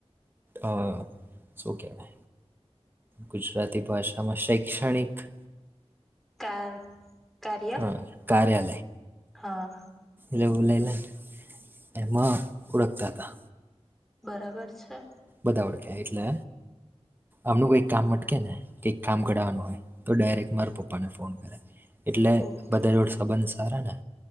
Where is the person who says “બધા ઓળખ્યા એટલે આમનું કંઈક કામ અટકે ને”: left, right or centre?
Right